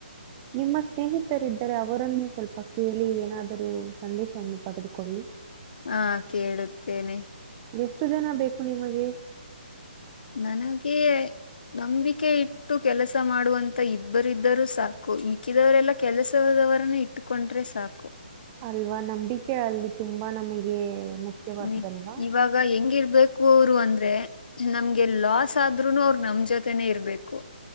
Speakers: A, on the right; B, on the left.
A: ನಿಮ್ಮ ಸ್ನೇಹಿತ ರ ಇದರೆ ಅವರನ್ನು ಸ್ವಲ್ಪ ಕೇಳಿ ಏನಾದರೂ ಸಂದೇಶವನ್ನು ಪಡೆದುಕೊಳ್ಳು
B: ಹಾ ಕೇಳುತ್ತೇನೆ
A: ಎಷ್ಟು ಜನ ಬೇಕು ನಿಮಗೆ
B: ನನಗೆ ನಂಬಿಕೆ ಇ ಇಟ್ಟು ಕೆಲಸ ಮಾಡುವಂತ ಇಬ್ಬರಿದ್ದರುೂ ಸಾಕು ಮಿಕ್ಕಿದವರೆಲ್ಲ ಕೆಲಸದವರನ್ನ ಇಟ್ಟುಕೊಂಡ್ರೆ ಸಾಕು
A: ಅಲ್ವಾ ನಂಬಿಕೆ ಅಲ್ಲಿ ತುಂಬಾ ನಮಗೆ ಮುಖ್ಯವಾದುದಲ್ವಾ?
B: ಹ್ಮ ಇವಾಗ ಹೆಂಗಿರ್ಬೇಕು ಅಂದ್ರೆ ನಮ್ಗೆ ಲಾಸ್ ಆದ್ರು ಅವರು ನಮ್ ಜೊತೆನೆೇ ಇರ್ಬೇಕು